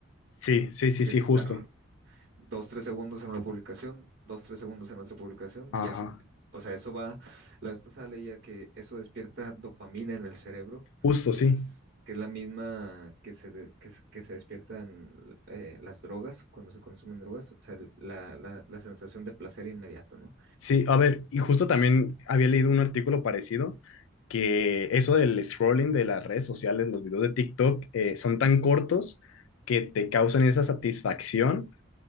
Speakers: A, on the left; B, on the right.
A: sí, sí, sí,
B: que
A: sí,
B: es
A: justo.
B: estar dos, tres segundos en una publicación, dos, tres segundos en otra publicación, y
A: Ajá,
B: así, te- o sea, eso va, la vez pasada leía que eso despierta dopamina en el cerebro,
A: justo,
B: que
A: sí.
B: es, que es la misma que se, de- que, se que se despiertan eh, las drogas cuando se consumen drogas, o sea, el- la, la, la sensación de placer inmediato, ¿no?
A: Sí, a ver, y justo también había leído un artículo parecido que eso del scrolling de las redes sociales, los videos de TikTok, eh, son tan cortos que te causan esa satisfacción